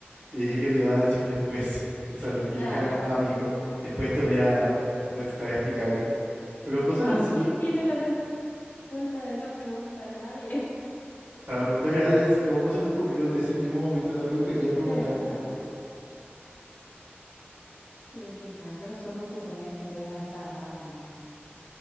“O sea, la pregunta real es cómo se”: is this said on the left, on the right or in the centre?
Right